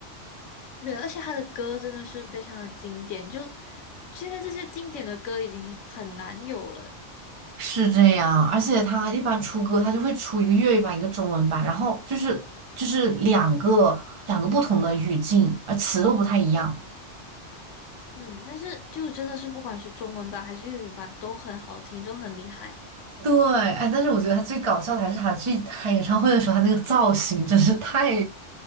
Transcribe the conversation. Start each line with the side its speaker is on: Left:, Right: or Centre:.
Left: 对，而且他的歌真的是非常的经典，就现在这些经典的歌已经很难有了。
Right: 是这样，而且他一般出歌，他就会出一个粤语版，一个中文版，然后就是就是两个两个不同的语境，而词都不太一样。
Left: 嗯，但是就真的是不管是中文版还是粤语版都很好听，都很厉害。
Right: 对，哎，但是我觉得他最搞笑的还是他去开演唱会的时候，他那个造型真是太